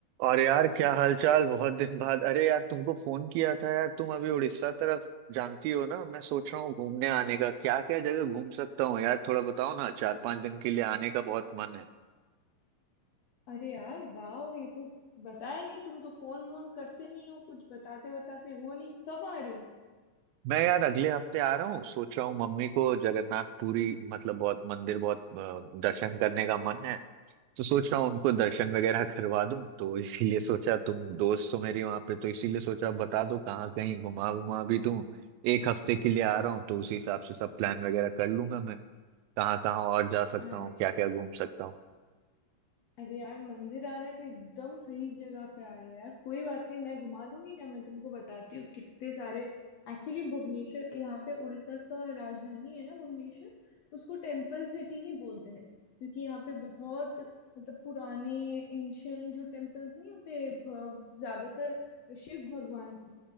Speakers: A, on the right (about 85°); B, on the left (about 65°).
A: और यार क्या हालचाल बहुत दिन बाद अरे यार तुमको फोन किया था यार तुम अभी उड़ीसा तरफ जानती हो ना मैं सोच रहा हूँ घूमने आने का क्या क्या जगह घूम सकता हूँ यार थोड़ा बताओ ना चार पांच दिन के लिए आने का बहुत मन है
B: अरे यार वाह ये तो बताया नहीं तुम तो फोन वोन करते नहीं हो कुछ बताते बताते हो नहीं कब आ रहे हो
A: मैं यार अगले हफ्ते आ रहा हूँ सोच रहा हूँ मम्मी को जगन्नाथ पुरी मतलब बहुत मंदिर बहुत अ, दर्शन करने का मन है तो सोच रहा हूँ उनको दर्शन वगैरह करवा दूं तो इसीलिए सोचा तुम दोस्त हो मेरी वहां पे तो इसीलिए सोचा बता दो कहाँ कहीं घुमा घुमा भी दूं एक हफ्ते के लिए आ रहा हूँ तो उसी हिसाब से सब प्लान वगैरह कर लूंगा मैं कहाँ कहाँ और जा सकता
B: अरे
A: हूँ क्या क्या घूम सकता हूँ
B: अरे यार मंदिर आने तो एकदम सही जगह पे आ रहे हैं यार कोई बात नहीं मैं घुमा दूंगी ना मैं तुमको बताती हूँ कितने सारे एक्चुअली भुवनेश्वर यहाँ पे उड़ीसा का राजधानी है ना भुवनेश्वर तो उसको टेम्पल सिटी ही बोलते हैं क्योंकि यहाँ पे बहुत मतलब पुराने एंशियंट जो टेम्पल्स नहीं होते अ, ज्यादातर शिव भगवान की